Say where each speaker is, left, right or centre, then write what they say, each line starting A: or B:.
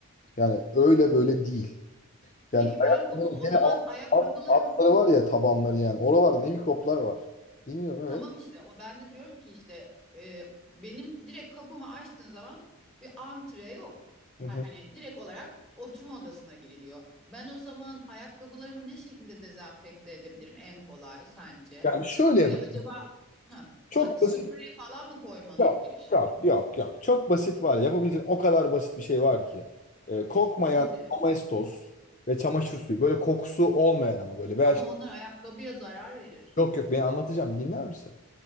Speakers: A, on the left; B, in the centre.
A: Yani öyle böyle değil. Yani
B: Peki
A: ayaklarının
B: ben bunu o
A: hele
B: zaman
A: alt,
B: ayakkabılarım
A: alt- altları var ya tabanları yani. Oralarda ne mikroplar var. Dinliyorum
B: Tamam
A: evet.
B: işte o ben de diyorum ki işte e, benim direkt kapımı açtığın zaman bir antre yok.
A: Hı hı.
B: Hani direkt olarak oturma odasına giriliyor. Ben o zaman ayakkabılarımı ne şekilde dezenfekte edebilirim en kolay sence?
A: Yani şöyle
B: Böyle
A: yap-
B: acaba ha,
A: Çok
B: ba- sprey
A: basit.
B: falan mı koymalıyım
A: Yok,
B: girişe?
A: yok, yok, yok. Çok basit var. Yapabileceğin o kadar basit bir şey var ki. Ee, kokmayan
B: Nedir?
A: Domestos ve çamaşır suyu. Böyle kokusu olmayan ama böyle. Veya
B: Ama
A: şey-
B: onlar ayakkabıya zarar verir.
A: yok yok beni anlatacağım. Dinler misin?